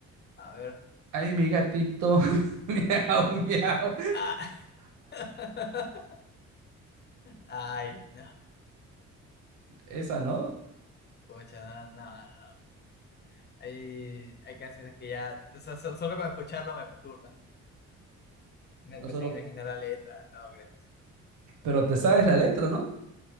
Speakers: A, on the left; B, on the right.
A: A ver.
B: Ay, mi gatito, <laughs> miau, miau.
A: Ah. <laughs> Ay, no,
B: Esa, ¿no?
A: pucha, no, no, no. Hay, hay canciones que ya, o sea, so- solo con escucharlo me perturban. Me,
B: Nosotros,
A: me hacen imaginar la letra. No, gracias.
B: pero te sabes la letra, ¿no?